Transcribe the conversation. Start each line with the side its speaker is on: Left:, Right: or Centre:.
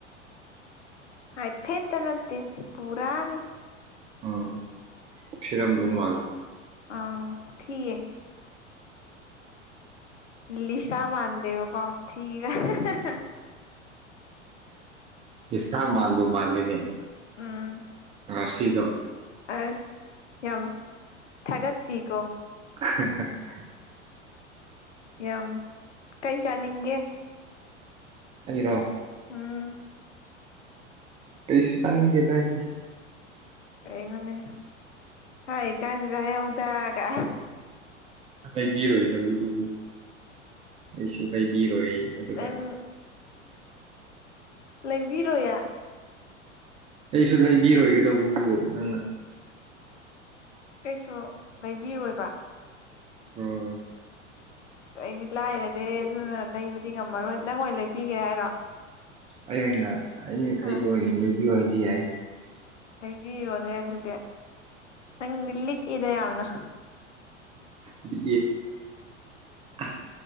Left: ꯍꯥꯏ ꯐꯦꯠꯇ ꯅꯠꯇ‌ꯦ ꯄꯨꯔꯥꯅꯤ
Right: ꯎꯝ ꯊꯤꯔꯝꯗꯧ ꯃꯥꯜꯂꯤ
Left: ꯑ ꯊꯤꯌꯦ ꯂꯤꯁꯥ ꯃꯥꯥꯟꯗ‌ꯦꯕ ꯀ‌ꯣ ꯊꯤꯕꯅ
Right: ꯏꯁꯁꯥ ꯃꯥꯟꯥꯟꯕ ꯃꯥꯜꯂꯤꯅꯦ
Left: ꯑꯥ
Right: ꯑꯥ ꯁꯤꯗꯣ
Left: ꯑꯁ ꯌꯥꯝ ꯊꯒ ꯊꯔꯤꯀꯣ
Right: <unintelligible>
Left: ꯌꯥꯝ ꯀꯩ ꯆꯥꯅꯤꯡꯒꯦ
Right: ꯑꯔꯣ
Left: ꯎꯝ
Right: ꯀꯩꯁꯨ ꯆꯥꯅꯤꯡꯗꯦꯗꯥ ꯍꯥꯏꯗꯤ
Left: ꯀꯩꯅꯅꯦ ꯍ ꯀꯥꯏꯁꯤꯗ ꯌꯥꯎꯗ ꯇꯒ
Right: ꯥꯏ ꯕꯤꯔꯣꯣꯏꯗ ꯎꯗꯕꯁꯨ ꯂꯩꯕꯤꯔꯣꯏ ꯑꯗꯨꯒ
Left: ꯅꯪ ꯂꯩꯕꯤꯔꯣꯌꯦ
Right: ꯑꯩꯁꯨ ꯂꯩꯕꯤꯔꯣꯏꯒꯗꯧꯕꯕꯨ ꯅꯪꯅ
Left: ꯀꯩꯁꯨ ꯂꯩꯕꯤꯔꯣꯏꯕ
Right: ꯎꯝ
Left: ꯑꯁ ꯑꯩꯗꯤ ꯂꯥꯏꯔꯗꯤ ꯑꯗꯨꯅ ꯂꯩꯕꯗꯤ ꯉꯝꯃꯔꯣꯏ ꯅꯪ ꯑꯣꯏꯅ ꯂꯩꯕꯤꯒꯦ ꯍꯥꯏꯔꯣ
Right: ꯑꯩ ꯑꯣꯏꯅ ꯑꯩꯕꯨ
Left: ꯑꯥ
Right: ꯑꯣꯏꯅ ꯌꯕꯤꯌꯨ ꯍꯥꯏꯗꯤ ꯌꯥꯏ
Left: ꯂꯩꯕꯤꯔꯣꯅꯦ ꯑꯗꯨꯗꯤ ꯅꯪꯗꯤ ꯂꯤꯛꯏꯗ ꯌꯥꯝꯅ
Right: ꯅꯤ ꯑ